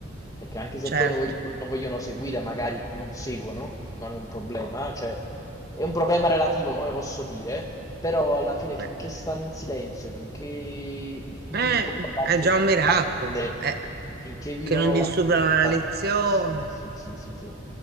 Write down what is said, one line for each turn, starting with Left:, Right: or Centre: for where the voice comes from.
Left: Perché anche se
Right: Certo,
Left: poi non vogliono, non vogliono seguire, magari non seguono, non è un problema, cioè è un problema relativo, come posso dire, però alla fine finché
Right: eh,
Left: stanno in silenzio, finché vivono
Right: eh,
Left: l'ambiente
Right: è già un miracolo,
Left: classe,
Right: eh,
Left: finché vivono
Right: che non disturbano
Left: l'ambiente
Right: la lezione.
Left: sì, sì, sì, sì, sì.